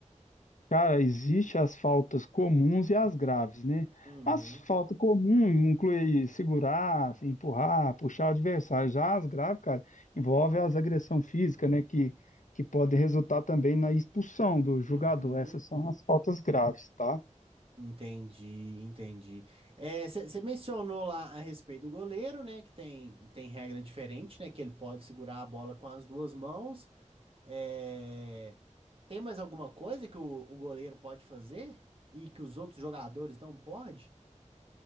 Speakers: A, on the left (about 75°); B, on the right (about 45°).
A: Cara, existem as faltas comuns e as graves, né?
B: Uhum,
A: As faltas comuns incluem segurar, empurrar, puxar o adversário. Já as graves, cara, envolve as agressão física, né? Que, que pode resultar também na expulsão do jogador.
B: uhum.
A: Essas são as faltas graves, tá?
B: Entendi, entendi. Você mencionou lá a respeito do goleiro, né? Que tem, tem regra diferente, né? Que ele pode segurar a bola com as duas mãos. É, tem mais alguma coisa que o, o goleiro pode fazer e que os outros jogadores não podem?